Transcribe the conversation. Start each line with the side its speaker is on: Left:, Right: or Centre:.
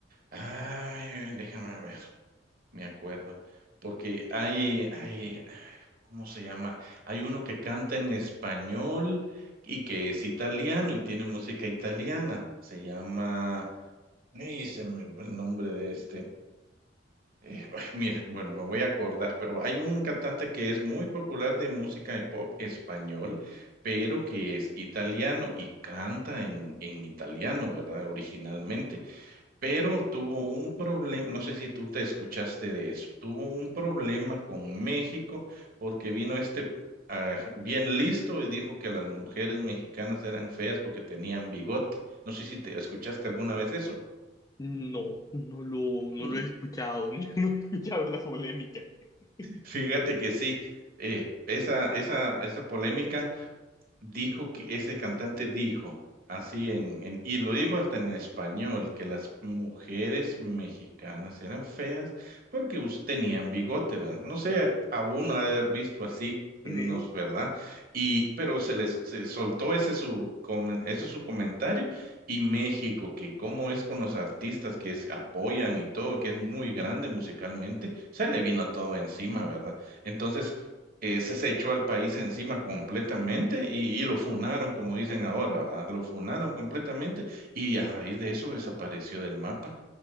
Right: Ay, déjame ver. Me acuerdo, porque hay, hay, ¿cómo se llama? Hay uno que canta en español y que es italiano y tiene música italiana. Se llama, ay, se me fue el nombre de este. Eh, ay, mira, bueno, me voy a acordar, pero hay un cantante que es muy popular de música de pop español, pero que es italiano y canta en, en italiano, ¿verdad? Originalmente pero tuvo un problema, no sé si tú te escuchaste de eso, tuvo un problema con México porque vino este ah, bien listo y dijo que las mujeres mexicanas eran feas porque tenían bigote. No sé si te escuchaste alguna vez eso.
Left: No, no lo, no
Right: Mm,
Left: lo he escuchado, <laughs> no, he escuchado la polémica. <laughs>
Right: Fíjate que sí, eh, esa, esa, esa polémica. dijo que ese cantante dijo, así en, en- y lo dijo hasta en español, que las mujeres mexicanas eran feas porque us- tenían bigote, ¿verdad? No sé, aún haber visto así,
Left: Creo,
Right: no es verdad. Y, pero se les se soltó ese su, com- ese su comentario y México, que cómo es con los artistas que se apoyan y todo, que es muy grande musicalmente, se le vino todo encima, ¿verdad? Entonces, ese se echó al país encima completamente y, y lo funaron, como dicen ahora, ¿verdad? Lo funaron completamente y a raíz de eso desapareció del mapa.